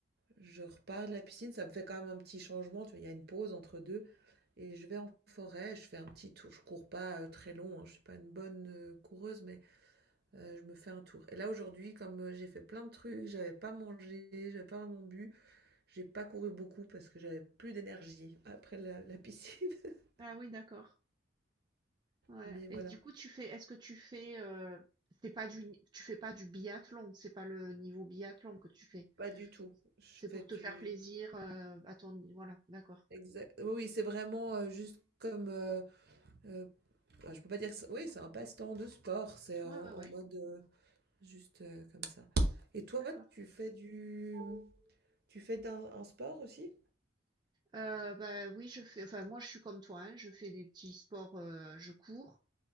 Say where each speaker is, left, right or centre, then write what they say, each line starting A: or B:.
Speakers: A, on the right; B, on the right.
A: Je repars de la piscine, ça me fait quand même un petit changement, tu vois, il y a une pause entre deux. Et je vais en forêt, je fais un petit tour. Je cours pas euh, très long, hein, je suis pas une bonne euh, coureuse, mais euh, je me fais un tour. Et là aujourd'hui, comme euh, j'ai fait plein de trucs, j'avais pas mangé, j'avais pas vraiment bu, j'ai pas couru beaucoup parce que j'avais plus d'énergie après la, la piscine. <laughs>
B: Ah oui, d'accord. Ouais.
A: Mais voilà,
B: Et du coup, tu fais, est-ce que tu fais, euh, c'est pas du, ni- tu fais pas du biathlon, c'est pas le niveau biathlon que tu fais.
A: pas du tout. Je
B: C'est
A: fais
B: pour
A: du
B: te faire plaisir, euh, à ton, voilà, d'accord.
A: exact. Oui, oui, c'est vraiment euh, juste comme. euh, euh, je peux pas dire. que c'est- Oui, c'est un passe-temps de sport. C'est en,
B: Ouais, ouais, ouais,
A: en mode. euh, Juste euh, comme ça. Et toi,
B: d'accord.
A: tu fais du... Tu fais un, un sport aussi?
B: Euh, bah oui, je fais, enfin moi je suis comme toi, hein, je fais des petits sports, euh, je cours.